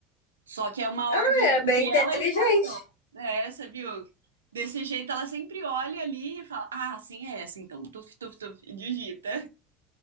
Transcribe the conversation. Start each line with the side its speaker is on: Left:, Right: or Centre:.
Right: Só que é uma
Left: Ah,
Right: ordem assim
Left: é bem
Right: que
Left: inteligente.
Right: ela escolheu. É, você viu? Desse jeito ela sempre olha ali e fala: Ah, assim é essa, então. Tuf, tuf, tuf, e digita.